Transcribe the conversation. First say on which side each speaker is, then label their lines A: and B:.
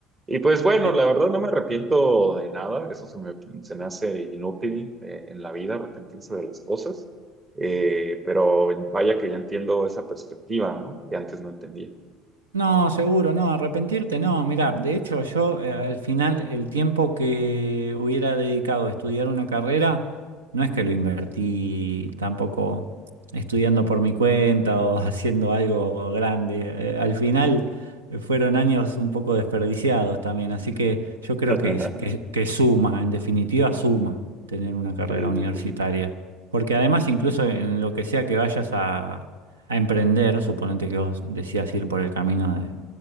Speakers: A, on the right; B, on the right.
A: y pues bueno,
B: Eh,
A: la verdad no me arrepiento de nada, eso se me, se me hace inútil eh, en la vida arrepentirse de las cosas, eh, pero vaya que ya entiendo esa perspectiva, ¿no? Que antes no entendía.
B: No, seguro, no, arrepentirte, no. Mirá, de hecho yo eh, al final el tiempo que hubiera dedicado a estudiar una carrera, no es que lo invertí tampoco estudiando por mi cuenta o <laughs> haciendo algo grande. Eh, al final eh, fueron años un poco desperdiciados también, así que yo creo
A: <laughs>
B: que, es- que, que suma, en definitiva suma tener una carrera
A: Sí,
B: universitaria.
A: sí, sí.
B: Porque además incluso en lo que sea que vayas a a emprender, suponete que vos decías ir por el camino de-